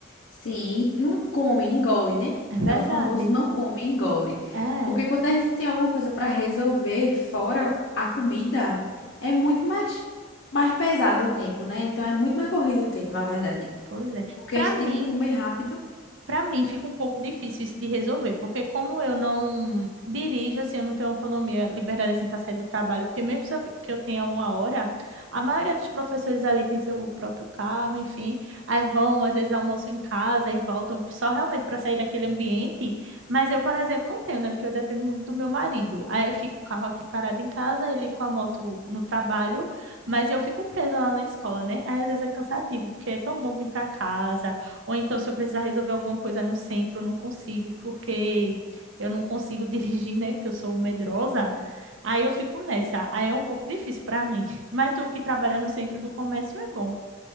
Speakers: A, on the left; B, on the right.
A: Sim, e não come, engole, né?
B: É verdade.
A: É o famoso não come, engole.
B: É,
A: Porque quando a gente tem alguma coisa para resolver fora a comida, é muito mais, mais pesado o tempo, né? Então é muito mais corrido o tempo, na verdade.
B: pois é.
A: Porque
B: Para
A: a gente
B: mim,
A: tem que comer rápido.
B: Para mim fica um pouco difícil isso de resolver, porque como eu não dirijo, assim, eu não tenho autonomia, liberdade assim para sair do trabalho, porque mesmo se eu- que eu tenha uma hora, a maioria dos professores ali tem seu próprio carro, enfim, aí vão, às vezes almoçam em casa e voltam só realmente para sair daquele ambiente, mas eu, por exemplo, não tenho, né, porque eu dependo muito do meu marido. Aí fica o carro aqui parado em casa, ele com a moto no trabalho, mas eu fico presa lá na escola, né? Aí às vezes é cansativo, porque é tão bom vir para casa ou então, se eu precisar resolver alguma coisa no centro, eu não consigo, porque eu não consigo <laughs> dirigir, né? Que eu sou medrosa. Aí eu fico nessa. Aí é um pouco difícil para mim. <laughs> Mas tu que trabalha no centro do comércio é bom,